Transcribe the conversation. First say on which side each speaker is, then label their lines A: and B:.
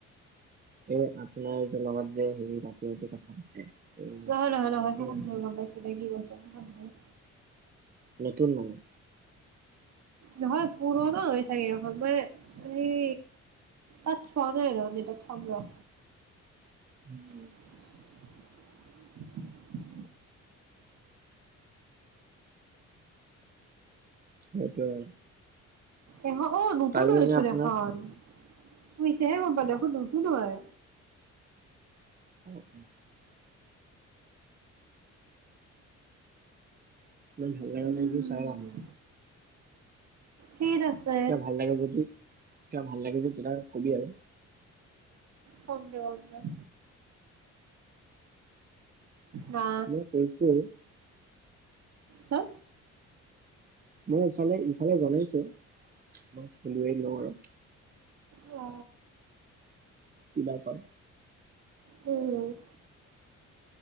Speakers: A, on the right; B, on the right.
A: এই আপোনাৰ যে লগত যে হে ৰাতি ৰাতি কথা পাতে এই
B: নহয় নহয় নহয় সেই
A: এই
B: কথা
A: আমাৰ
B: গম পাইছো দে কি কৰিছ তেনেকুৱা নহয়
A: নতুন মানুহ
B: নহয় পুৰণা হৈ চাগে এখন মই এই তাত চোৱা নাই আৰু আ তাত চাম ৰ
A: <inaudible>
B: <inaudible>
A: সেইটোৱে
B: এ অ নতুন
A: কালি
B: হৈছিল
A: মানে আপোনাৰ
B: এখন মই এতিয়াহে গম পালো দেখোন নতুন হয়
A: <inaudible> মই ভাল লগা
B: উম
A: এদিন চাই চাম আৰু
B: ঠিক আছে
A: কিবা ভাল লাগে যদি কিবা ভাল লাগে যদি তেতিয়া কবি আৰু
B: কম লে কম না
A: মই কৈছো
B: হা
A: মছ ইফালে ইফালে জনাইছো <unintelligible>
B: অ
A: কি বাৰ প
B: উম